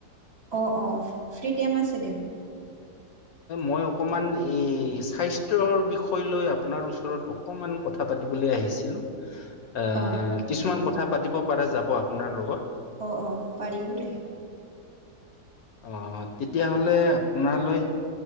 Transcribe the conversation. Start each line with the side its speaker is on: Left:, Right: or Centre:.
Right: অ অ ফ্ৰী টাইম আছে দিয়া
Left: মই অকমান এই স্বাস্থ্যৰ বিষয় লৈ আপোনাৰ ওচৰত অকমান কথা পাতিবলে আহিছিলো আহ
Right: অ', হ'ব
Left: কিছুমান
Right: দে
Left: কথা পাতিব পাৰো যাব আপোনাৰ লগত
Right: অ অ পাৰিব দেই
Left: অ তেতিয়াহলে আপোনালৈ